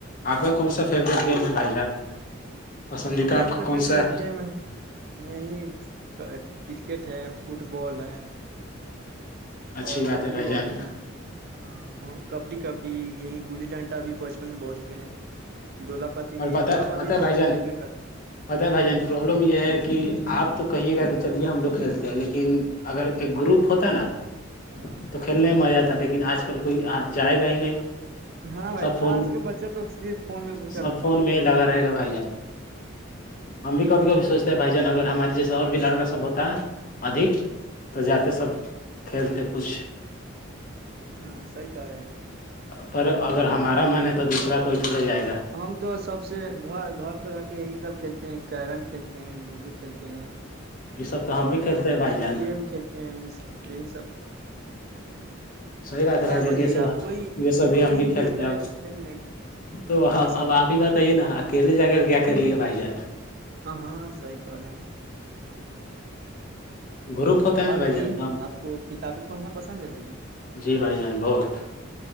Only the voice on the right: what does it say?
ہمارا
فیورٹ
تو گیم ہے یہی کرکٹ ہے فٹ بال ہے
اور
والی
بال
ہے ہاں کبڈی کبڈی یہ گلی ڈانٹی آ بھی بچن میں بہت کھیلے ہیں دولا پاتی
بھی
دولا پاتی
تو
ہم
کھیلبے کرتے
ہاں
ہاں بھائی
آج کے بچے تو صرف فون میں گ
ہ
ہاں صحیح کہہ رہے ہیں
ہم تو سب سے گھر گھر پہ رہ کے یہی سب کھیلتے ہیں کییرم کھیلتے ہیں لوڈو کھیلتے ہیں
اور
گیم کھیلتے یہ سب یہی سب
کیا
کریے
گا آپ کوئی کوئی
نہیں
جاتا
ہے
کھیلنے
یہ سب
ہاں ہاں صحیح کہہ رہے ہیں
اور
بتائیے
آپ کو کتابیں پڑھنا پسند ہے بھائی جان